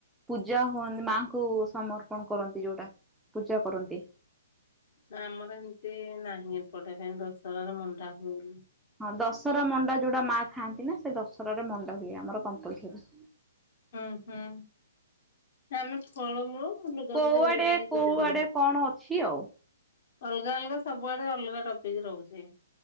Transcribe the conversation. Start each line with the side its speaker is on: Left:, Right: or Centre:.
Centre: ପୂଜା ହୁଅନ୍ତି ମାଙ୍କୁ ସମର୍ପଣ କରନ୍ତି ଯୋଉଟା ପୂଜା କରନ୍ତି।
Left: ନା ଆମର ଏମିତି ନାହିଁ ଏପଟେ କାଇଁଇ ଦଶହରାରେ ମଣ୍ଡା ହୁଏନି।
Centre: ଦଶହରା ମଣ୍ଡା ଯୋଉଟା ମା ଖାଆନ୍ତି ନା ସେ ଦଶହାରେ ମଣ୍ଡା ହୁଏ ଆମର କମ୍ପଲର
Left: ହୁଁ ହୁଁ ଆମେ ଫଳମୂଳ। ଲୁଗାପଟା
Centre: କୋଉଆଡେ
Left: ଏଇରା ନେଇ ପୂଜା
Centre: କୋଉଆଡେ
Left: କରୁ।
Centre: କଣ ଅଛି ଆଉ?
Left: ଅଲଗା ଅଲଗା ସବୁଆଡେ ଅଲଗା ଟପିକ ରହୁଛି